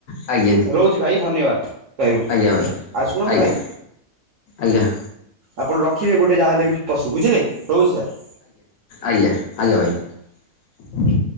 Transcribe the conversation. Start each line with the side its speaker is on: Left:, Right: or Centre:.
Left: ଆଜ୍ଞା ଆଜ୍ଞା
Right: ।ରହୁଛି ଭାଇ ଧନ୍ୟବାଦ। ଭାଇ
Left: ଆଜ୍ଞା ଭାଇ,
Right: ଆଉ ଶୁଣନ୍ତୁ
Left: ଆଜ୍ଞା
Right: ଭାଇ
Left: ଆଜ୍ଞା।
Right: ଆପଣ ରଖିବେ ଗୋଟେ । ଗୋଟେ ଯାହାହେଲେ ବି ପଶୁ ବୁଝିଲେ ରହୁଛି ସାର୍।
Left: ଆଜ୍ଞା ଆଜ୍ଞା ଭାଇ।